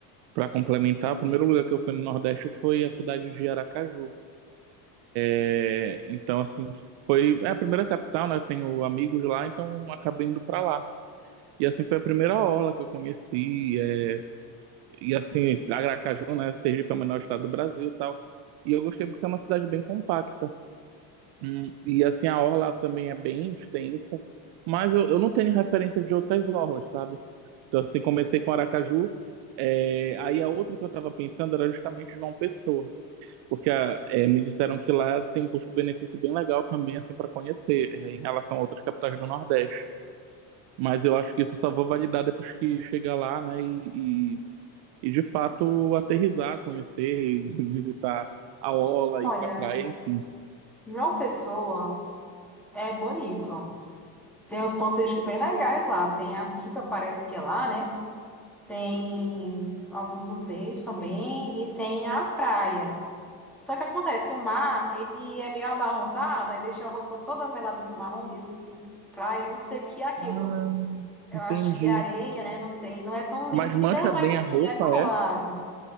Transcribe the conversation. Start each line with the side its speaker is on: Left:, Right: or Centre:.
Right: pra complementar, o primeiro lugar que eu fui no Nordeste foi a cidade de Aracaju. É, então, assim, foi é a primeira capital, né? Eu Tenho amigos lá, então acabei indo pra lá. E assim foi a primeira orla que eu conheci. é, e assim, Aracaju, né? Sergipe é o menor estado do Brasil e tal. E eu gostei porque é uma cidade bem compacta. Hum, E assim, a orla também é bem extensa. Mas eu, eu não tenho referência de outras orlas, sabe? Então, assim, comecei com Aracaju. é, aí a outra que eu tava pensando era justamente João Pessoa. Porque ah, eh, me disseram que lá tem um custo-benefício bem legal também, assim, para conhecer, eh, em relação a outras capitais do Nordeste. Mas eu acho que isso só vou validar depois que chegar lá, né? E, e, e, de fato aterrissar, conhecer, <laughs> visitar a orla,
Centre: Olha,
Right: ir pra praia, enfim.
Centre: João Pessoa é bonito. Tem uns pontos turísticos bem legais lá. Tem a Pipa, parece que é lá, né? Tem alguns museus também e tem a praia. Só que acontece, o mar, ele é meio amarronzado, aí deixa a roupa toda melada do marrom de, de praia, eu não sei o que é aquilo.
Right: Ah,
Centre: Eu
Right: entendi.
Centre: acho que é areia, né? Não sei, não é tão límpida,
Right: Mas mancha
Centre: mas
Right: bem
Centre: assim,
Right: a roupa,
Centre: é boa
Right: é?
Centre: a água.